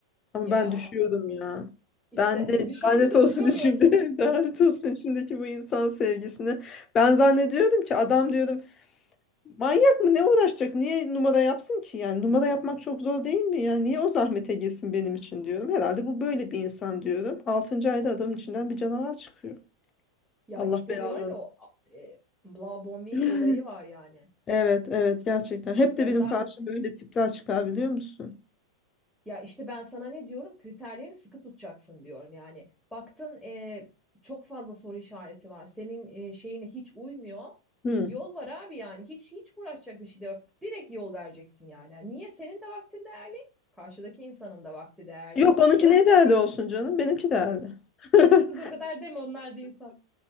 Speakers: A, on the left; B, in the centre.
A: Ama
B: ya
A: ben düşüyorum ya.
B: işte
A: Ben de
B: <laughs> düşünce
A: lanet
B: de
A: olsun
B: çıkamıyorsun
A: içimde. <laughs> Lanet olsun içimdeki bu insan sevgisini. Ben zannediyorum ki adam diyorum manyak mı ne uğraşacak? Niye numara yapsın ki? Yani numara yapmak çok zor değil mi? Yani niye o zahmete girsin benim için diyorum. Herhalde bu böyle bir insan diyorum. Altıncı ayda adamın içinden bir canavar çıkıyor.
B: ya
A: Allah
B: işte
A: belalarını.
B: diyorum ya o e, bla bombing
A: <laughs>
B: olayı var yani
A: Evet, evet gerçekten. Hep de
B: ondan
A: benim karşıma öyle tipler çıkar biliyor musun?
B: Ya işte ben sana ne diyorum? Kriterlerini sıkı tutacaksın diyorum. Yani baktın e, çok fazla soru işareti var. Senin e, şeyine hiç uymuyor.
A: Hmm.
B: Yol var abi yani. Hiç hiç uğraşacak bir şey de yok. Direkt yol vereceksin yani. Yani niye senin de vaktin değerli? Karşıdaki insanın da vakti değerli.
A: Yok onunki
B: Bırak
A: niye değerli
B: da hani
A: olsun canım? Benimki değerli. <laughs>
B: kız o kadar deme onlar da insan.